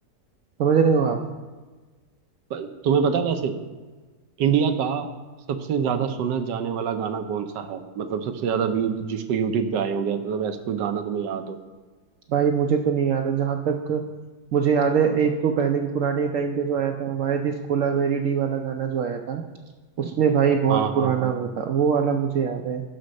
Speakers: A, on the right (about 65°); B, on the right (about 80°).
A: समझ रहे हो आप
B: प- तुम्हें पता है वैसे इंडिया का सबसे ज्यादा सुना जाने वाला गाना कौन सा है मतलब सबसे ज्यादा व्यूज जिसको यूट्यूब पे आए होंगे मतलब ऐसा कोई गाना तुम्हें याद हो
A: भाई मुझे तो नहीं याद है जहां तक मुझे याद है एक तो पहले के पुराने टाइम पे जो आया था वाया दिस कोलावेरी डी वाला गाना जो आया था उसमें भाई बहुत
B: हाँ
A: पुराना
B: हाँ हाँ
A: होता
B: हाँ
A: वो वाला मुझे याद है